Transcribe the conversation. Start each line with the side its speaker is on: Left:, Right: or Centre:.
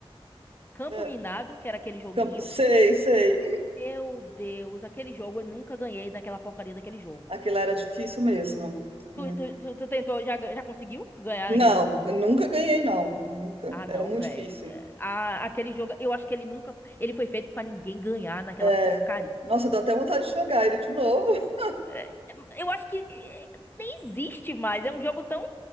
Left: Campo
Right: é.
Left: Minado, que era aquele joguinho.
Right: Camp- Sei, sei.
Left: Meu Deus, aquele jogo eu nunca ganhei naquela porcaria daquele jogo.
Right: Aquela era difícil mesmo. né?
Left: Tu, tu, tu, tu tentou, já, já conseguiu ganhar
Right: Não,
Left: naquele jogo?
Right: nunca ganhei, não. Nunca.
Left: Ah,
Right: Era
Left: não,
Right: muito
Left: velho.
Right: difícil.
Left: Aquele jogo, eu acho que ele nunca. f- Ele foi feito pra ninguém ganhar naquela
Right: É.
Left: porcaria.
Right: Nossa, dá até vontade de jogar ele de novo. <laughs>
Left: É, Eu acho que é, nem existe mais. É um jogo tão.